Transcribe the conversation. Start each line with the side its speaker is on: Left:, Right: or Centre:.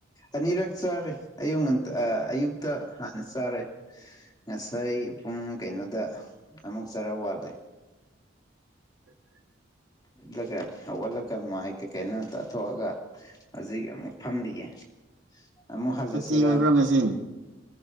Left: ꯑꯅꯤꯔꯛ ꯆꯥꯔꯦ ꯑꯌꯨꯛ ꯉ ꯑꯌꯨꯛꯇ ꯍꯥꯟꯅ ꯆꯥꯔꯦ ꯉꯁꯥꯏ ꯄꯨꯡ ꯀꯩꯅꯣꯗ ꯑꯃꯨꯛ ꯆꯔꯥ ꯋꯥꯠꯂꯦ
Right: <inaudible>
Left: ꯎꯠꯂꯒ ꯍꯧꯒꯠꯂꯒ ꯃꯥꯏ ꯀꯩꯀꯩꯅ ꯇꯥꯊꯣꯛꯑꯒ ꯍꯧꯖꯤꯛ ꯑꯃꯨꯛ ꯐꯝꯂꯤꯑ ꯑ ꯃꯣ ꯍꯜꯗꯁꯔ
Right: ꯁꯨꯇꯤ ꯑꯣꯏꯕ꯭ꯔꯥ ꯉꯁꯤ